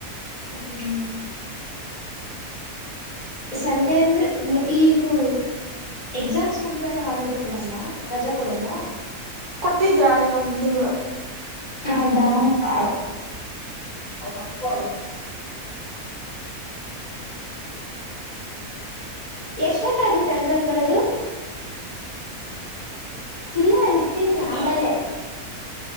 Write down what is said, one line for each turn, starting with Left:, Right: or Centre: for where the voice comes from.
Left: ಹ್ಮ್ ಸಂಡೆ ಅಂದ್ರೆ ಈ ಇದು ಎಕ್ಸಾಮ್ಸ್ ಮುಗ್ಮೇಲೆ ಹಾಲಿಡ ಕೊಡಲ್ವಾ ರಜಾ ಕೊಡಲ್
Right: ಕೊಟ್ಟಿದ್ರ ಅಲ್ಲಿ ಒಂದ್ ತಿಂಗಳ
Left: ಹೌದಾ ಹ ಹ ಎಷ್ಟೊತ್ತಾಗುತ್ತೆ ಅಂಕಲ್ ಬರೋದು ಇಲ್ಲ ಇರ್ತೀನಿ ಆಮಲೆ